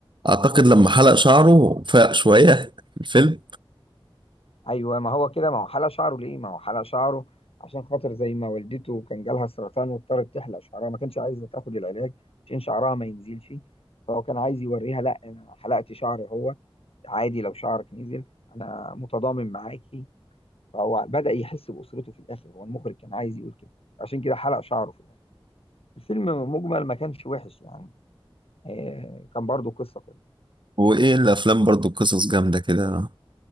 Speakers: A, on the right; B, on the left.
A: اعتقد لما حلق شعره فاق شوية في الفيلم
B: ايوه ما هو كده ما هو حلق شعره ليه ما هو حلق شعره عشان خاطر زي ما والدته كان جالها سرطان واضطرت تحلق شعرها ما كانش عايزه تاخد العلاج عشان شعرها ما ينزلش فهو كان عايز يوريها لا انا حلقت شعري هو عادي لو شعرك نزل انا متضامن معاكي فهو بدأ يحس بأسرته في الاخر هو المخرج كان عايز يقول كده عشان كده حلق شعره في الاخر الفيلم مجمل ما كانش وحش يعني آه كان برضو قصة كويسة
A: وايه الافلام برضو قصص جامدة كده